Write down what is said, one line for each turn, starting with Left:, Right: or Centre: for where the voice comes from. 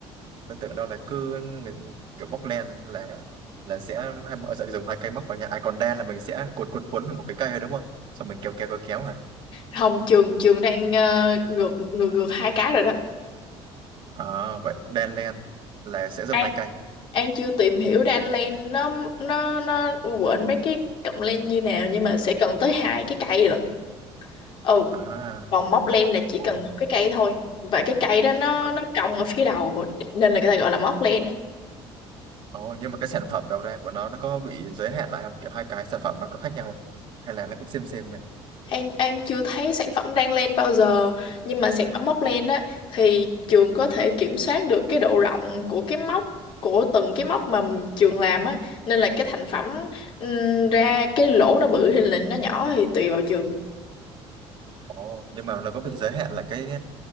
Right: tôi tưởng đâu là cứ người- kiểu móc len là là sẽ hai mọi sẽ dùng hai cây móc vào nhau ai còn đen là mình sẽ cuốn cuốn cuốn vào một cái cây thôi đúng không xong mình kéo kéo kéo kéo hả
Left: Hồng trường trường đang ờ, ngược ngược ngược hai cái rồi đó
Right: à vậy đen len là sẽ dùng
Left: An
Right: hai cây
Left: An chưa tìm hiểu ra anh Len nó nó nó quên mấy cái cọng len như nào nhưng mà sẽ cần tới hai cái cây lận ừ
Right: à
Left: còn móc len là chỉ
Right: ồ
Left: cần một cái cây thôi và cái cây đó nó
Right: ờ
Left: nó cong ở phía đầu nên là người ta gọi là móc len ấy
Right: Ồ, nhưng mà cái sản phẩm đầu ra của nó nó có bị giới hạn lại không kiểu hai cái sản phẩm nó có khác nhau không? hay là nó cũng xem xem nhỉ
Left: An An chưa thấy sản phẩm đan len bao giờ nhưng mà sản phẩm móc len á thì trường có thể kiểm soát được cái độ rộng của cái móc của từng cái móc mà trường làm á nên là cái thành phẩm ừm, ra cái lỗ nó bự hay là nó nhỏ thì tùy vào trường
Right: Ồ. Nhưng mà nó có bị giới hạn là cái